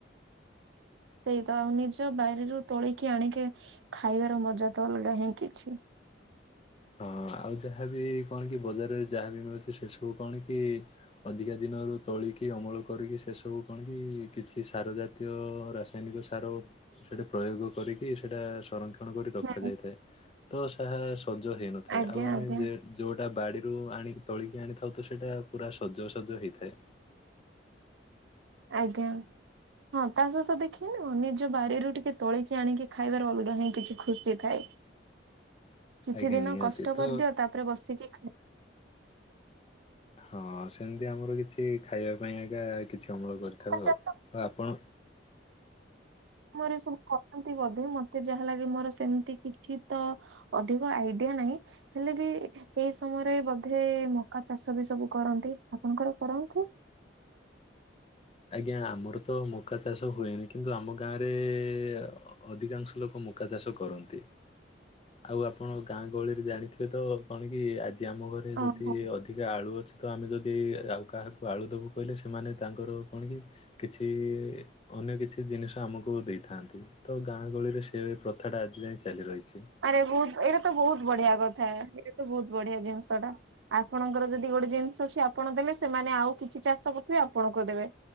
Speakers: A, on the right (about 80°); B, on the left (about 30°).
A: ସେଇତ, ଆଉ ନିଜ ବାରିରୁ ତୋଳକି ଆଣିକି ଖାଇବାର ମଜା ତ ଅଲ୍ ଗା ହିଁ କିଛି।
B: ହଁ ଆଉ ଯାହାବି କଣ କି ବଜାରରେ ଯାହାବି ମିଳୁଚି ସେ ସବୁ କଣ କି ଅଧିକା ଦିନରୁ ତୋଳିକି ଅମଳ କରିକି ସେସବୁ କଣ୍ କି କିଛି ସାର ଜାତ୍ ତୀୟ, ରାସାୟନିକ ସାର ସେଟା ପ୍ରୟୋଗ କରିକି, ସେଟା ସର୍ ସଂରକ୍ଷଣ କରି ରଖାଯାଇଥାଏ,
A: ହୁଁ।
B: ତ ତାହା ସଜ ହେଇ ନଥାଏ,
A: ଆଜ୍ଞା
B: ଆଉ ଆମେ
A: ଆଜ୍ଞା
B: ଯେ ଯୋଉଟା ବାଡିରୁ ଆଣିକି ତୋଳିକି ଆଣିଥାଉ ତ ସେଇଟା ପୁରା ସଜସଜ ହେଇଥାଏ।
A: ଆଜ୍ଞା। ହଁ ତା ସହିତ ଦେଖିନୁ, ନିଜ ବାରିରୁ ଟିକେ ତୋଳିକି ଆଣିକି ଖାଇବାରେ ଅଲଗା ହିଁ କିଛି ଖୁସି ଥାଏ।
B: <unintelligible>
A: କିଛି ଦିନ
B: ନିହାତି
A: କଷ୍ଟ
B: ତ
A: କରିଦିଅ, ତାପରେ ବସିକି ଖା
B: ହଁ ସେମିତି ଆମର କିଛି ଖାଇବା ପାଇଁ ଆଜ୍ଞା କିଛି ଅମଳ କରିଥାଉ
A: ଲଙ୍କା ଚାଷ
B: ଆଉ, ଆଉ ଆପଣ
A: ମୋର ସବୁ କରନ୍ତି ବୋଧେ, ମତେ ଯାହା ଲାଗେ ମୋର ସେମିତି କିଛି ତ ଅଧିକ ଆଇଡିଆ ନାହିଁ, ହେଲେ ବି ସେଇ ସମୟରେ ବୋଧେ ମକା ଚାଷ ବି ସବୁ କରନ୍ତି, ଆପଣଙ୍କର କରନ୍ତୁ?
B: ଆଜ୍ଞା ଆମର ତ ମକା ଚାଷ ହୁଏନି କିନ୍ତୁ ଆମ ଗାଁରେ ଏ ଏ ଅଧିକାଂଶ ଲୋକ ମକା ଚାଷ କରନ୍ତି। ଆଉ ଆପଣ ଗାଁ ଗହଳିରେ ଜାଣିଥିବେ ତ କଣ କି? ଆଜି ଆମ ଘରେ ରେ ଯଦି
A: ଓହୋ
B: ଅଧିକା ଆଳୁ ଅଛି ତ, ଆମେ ଯଦି ଆଉ କାହାକୁ ଆଳୁ ଦେବୁ କହିଲେ ସେମାନେ ତାଙ୍କର କଣ କି କିଛି ଇ ଅନ୍ୟ କିଛି ଜିନିଷ ଆମକୁ ଦେଇଥାନ୍ତି, ତ ଗାଁ ଗହଳିରେ ସେ ପ୍ରଥାଟା ଆଜି ଯାଏଁ ଚାଲି ରହିଛି।
A: ଆରେ ବହୁତ୍, ଏଇଟା ତ ବହୁତ୍ ବଢିଆ କଥା, ଏଇଟା ତ ବହୁତ ବଢିଆ ଜିନିଷ ଟା। ଆପଣଙ୍କର ଯଦି ଗୋଟେ ଜିନିଷ ଅଛି ଆପଣ ଦେଲେ, ସେମାନେ ଆଉ କିଛି ଚାଷ କରଥିବେ ଆପଣଙ୍କୁ ଦେବେ।